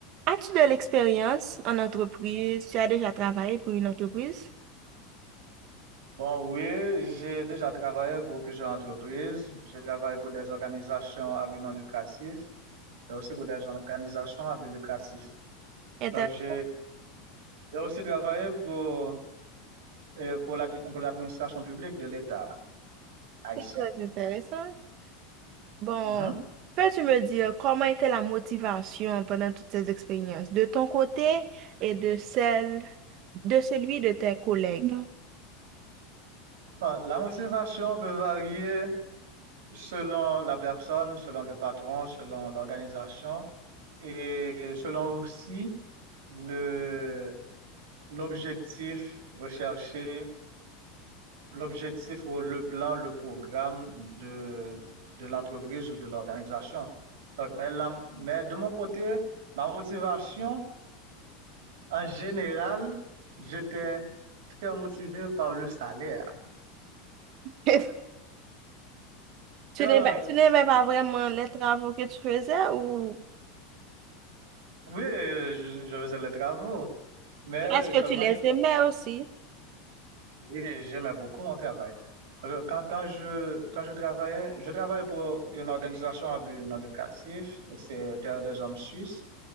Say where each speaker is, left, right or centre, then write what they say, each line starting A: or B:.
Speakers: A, on the right; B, on the right.
A: As-tu de l'expérience en entreprise? Tu as déjà travaillé pour une entreprise?
B: Bon, oui, j'ai déjà travaillé pour plusieurs entreprises. J'ai travaillé pour des organisations à but non lucratif et aussi pour des organisations à but lucratif.
A: Intéressant,
B: Donc, j'ai j'ai aussi travaillé pour, euh, pour l'ad- pour l'administration publique de l'État haïtien.
A: c'est très intéressant. Bon,
B: Mhm.
A: peux-tu me dire comment était la motivation pendant toutes ces expériences, de ton côté et de celle, de celui de tes collègues?
B: Bon, La motivation peut varier selon la personne, selon le patron, selon l'organisation et selon aussi le, l'objectif recherché l'objectif ou le plan, le programme de, de l'entreprise ou de l'organisation. Mais, la- mais de mon côté, ma motivation, en général, j'étais très motivé par le salaire.
A: <laughs> Tu
B: Quand,
A: n'aimais, tu n'aimais pas vraiment les travaux que tu faisais ou
B: oui, je, je faisais les travaux, mais
A: est-ce que
B: seulement
A: tu les aimais aussi?
B: j'aimais beaucoup mon travail. Quand, quand je, quand je travaillais, je travaillais pour une organisation à non lucratif, c'est Terre des Hommes Suisses.